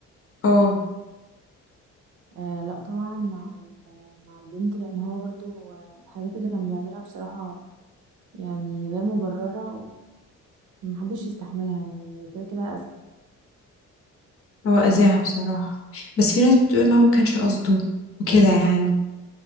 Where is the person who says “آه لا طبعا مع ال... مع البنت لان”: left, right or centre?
Right